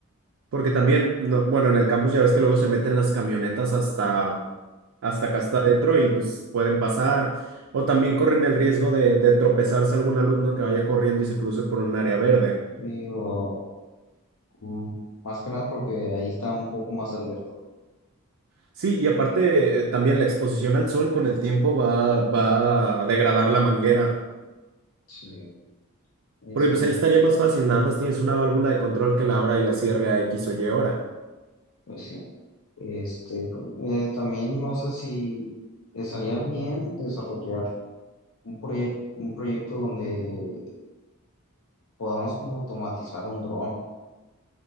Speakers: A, on the right; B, on the left.
A: Porque también, no- bueno, en el campus ya ves que luego se meten las camionetas hasta, hasta acá hasta adentro y pues pueden pasar. O también corren el riesgo de, de tropezarse algún alumno que vaya corriendo y se cruce por un área verde.
B: Y, o, mm, más que nada porque ahí está un poco más abierto.
A: Sí, y aparte eh, también la exposición al sol con el tiempo va, va a degradar la manguera.
B: Sí.
A: Porque
B: Este,
A: pues ahí estaría más fácil, nada más tienes una válvula de control que la abra y la cierre a X o Y hora.
B: pues sí. Este, pro- eh, también no sé si estaría bien desarrollar un proyecto, un proyecto donde podamos como automatizar un dron.